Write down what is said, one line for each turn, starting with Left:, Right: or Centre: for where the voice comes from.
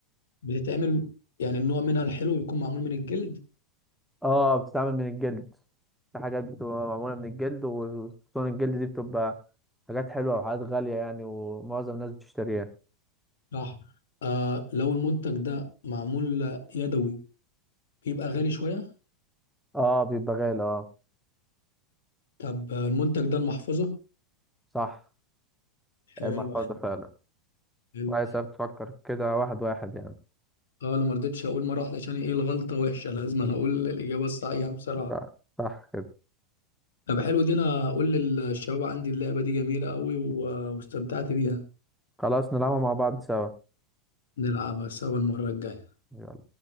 Left: بتتعمل يعني النوع منها الحلو بيكون معمول من الجلد
Centre: اه بتتعمل من الجلد في حاجات بتبقى معمولة من الجلد وخصوصا الجلد دي بتبقى حاجات حلوة وحاجات غالية يعني ومعظم الناس بتشتريها
Left: راح آه لو المنتج ده معمول يدوي بيبقى غالي شوية
Centre: اه بيبقى غالي اه
Left: طب آه، المنتج ده المحفظة
Centre: صح
Left: حلو
Centre: المحفظة فعلا
Left: حلو
Centre: كويس بتفكر كده واحد واحد يعني
Left: اه انا ما رضيتش اقول مرة واحدة عشان ايه الغلطة وحشة لازم انا اقول الإجابة الصحيحة بصراحة
Centre: لا، صح كده
Left: طب حلو دي انا اقول للشباب عندي اللعبة دي جميلة قوي و- واستمتعت بيها
Centre: خلاص نلعبها مع بعض سوا
Left: نلعبها سوا المرة الجاية
Centre: يلا.